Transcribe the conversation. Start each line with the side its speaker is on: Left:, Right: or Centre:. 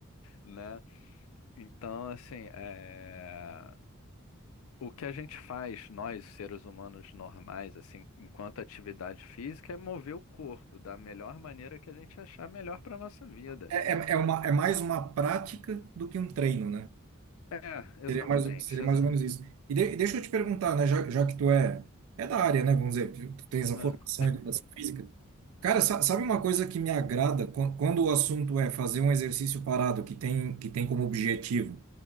Left: né? Então, assim, eh, o que a gente faz, nós, seres humanos normais, assim, enquanto atividade física, é mover o corpo da melhor maneira que a gente achar melhor para nossa vida.
Right: É, é, é uma, é mais uma prática do que um treino, né?
Left: É,
Right: Seria
Left: exatamente,
Right: mais, seria
Left: exato.
Right: mais ou menos isso. E, de- e deixa eu te perguntar, né, já, já que tu é, é da área, né, vamos dizer, tu, tu tens a
Left: Ah,
Right: formação em educação física. Cara, sa- sabe uma coisa que me agrada Quan- quando o assunto é fazer um exercício parado que tem, que tem como objetivo